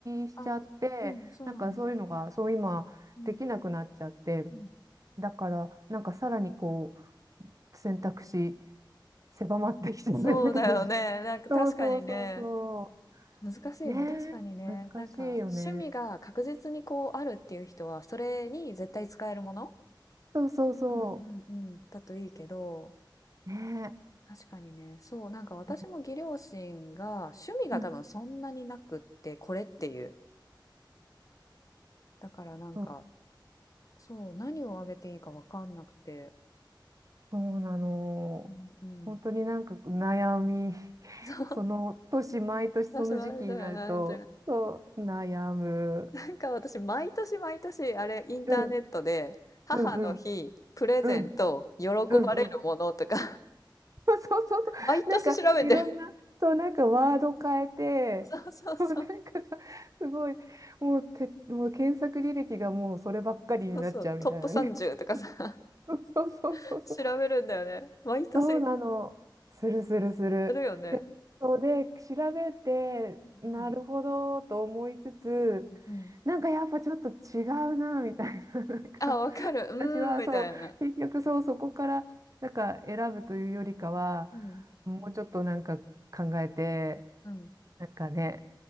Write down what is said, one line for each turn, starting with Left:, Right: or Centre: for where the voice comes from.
Right: 気しちゃって、
Left: あ、うん、そうなんだ。
Right: なんかそういうのが、そう今できなくなっちゃって、
Left: うん、うん。
Right: だからなんかさらにこう、選択肢狭まってきてる感じ
Left: そうだよね。なんか確かにね。
Right: そうそうそうそ
Left: 難しいね。
Right: う。ねえ、
Left: 確かにね。
Right: 難しいよね。
Left: なんか趣味が確実にこうあるっていう人は、それに絶対使えるもの
Right: そうそうそ
Left: うんうんうん。だといいけど、
Right: う。ねえ。
Left: 確かにね。そう、なんか私も義両親が趣味が多分そんなになくって、
Right: うん
Left: これっていう。だからなんか、
Right: そう
Left: そう、何をあげていいかわかんなくて。
Right: そうなの。
Left: うんうん。
Right: 本当になんか悩み、<laughs>
Left: そう、
Right: その年、毎年その時期になると、
Left: <laughs> 私もあれだよね。
Right: そう、悩む。
Left: なんか私、毎年毎年、あれ、インターネットで、
Right: うん、
Left: 母の日、
Right: うん、うん、
Left: プレゼント、
Right: うん、
Left: 喜ばれるものとか、
Right: うん、うん。<laughs> そうそうそう。
Left: <laughs> 毎年調べてる。
Right: なんか、いろんな、そう、なんかワード変えて、
Left: <laughs> そうそうそう、
Right: <laughs> もうなんかさ、すごい、もう、て、もう検索履歴がもうそればっかりになっちゃうみたいなね。
Left: そうそう、トップ30とかさ、
Right: <laughs> そうそうそうそう。
Left: <laughs> 調べるんだよね。毎年、
Right: そうなの。するするする。
Left: するよね。
Right: そうで、調べて、なるほどと思いつつ、
Left: うんうん。うん。
Right: なんかやっぱちょっと違うな、みたいな。<laughs> なんか
Left: あ、わかる。うーん、
Right: 私はそう結局そうそこからなんか選ぶというよりかはもうちょっとなんか考えて
Left: みたいな。うん。うん。
Right: なんかね